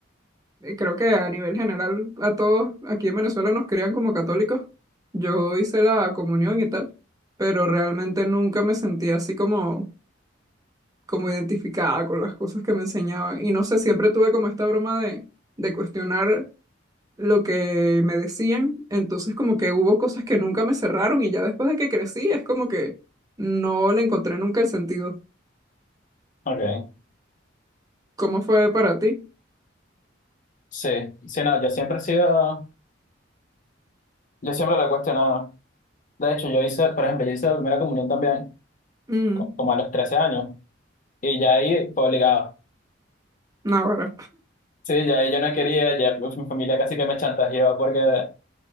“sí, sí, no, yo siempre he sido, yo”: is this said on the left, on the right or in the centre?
Left